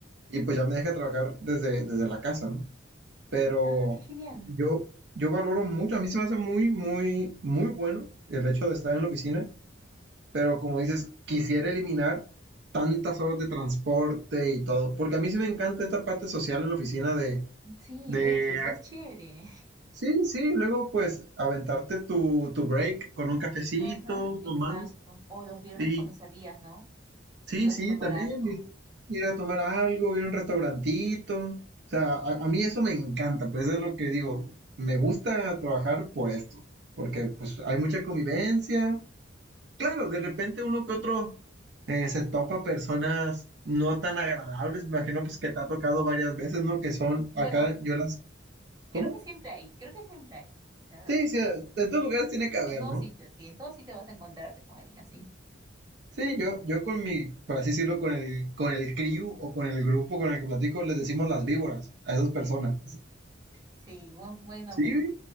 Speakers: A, on the right; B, on the right.
A: y pues ya me deja trabajar desde, desde la casa, ¿no? Pero
B: Ah, qué genial.
A: yo, yo valoro mucho, a mí se me hace muy, muy, muy bueno el hecho de estar en la oficina, pero como dices, quisiera eliminar tantas horas de transporte y todo, porque a mí sí me encanta esta parte social en la oficina de
B: Sí,
A: de
B: de hecho, eso es chévere.
A: Sí, sí, luego pues aventarte tu, tu break con un cafecito
B: Ujú,
A: nomás.
B: exacto. O los viernes
A: Y
B: cuando salías, ¿no?
A: sí,
B: Te ibas
A: sí,
B: a tomar
A: también
B: algo.
A: y- ir a tomar algo, ir a un restaurantito. O sea, a, a mí eso me encanta, pues es lo que digo, me gusta trabajar por esto, porque pues hay mucha convivencia. Claro, de repente uno que otro eh, se topa personas no tan agradables, me imagino pues que te ha tocado varias veces, ¿no? Que son
B: Bueno,
A: acá, yo las... ¿Cómo?
B: creo que siempre hay, creo que siempre hay. O sea,
A: Sí, sí, en todos lugares tiene que haber,
B: en todos
A: ¿no?
B: sitios, sí, en todos sitios vas a encontrarte con alguien así.
A: Sí, yo, yo con mi, por así decirlo, con el, con el crew o con el grupo con el que platico, les decimos las víboras a esas personas.
B: Sí, buen, buen nombre.
A: Sí, güey.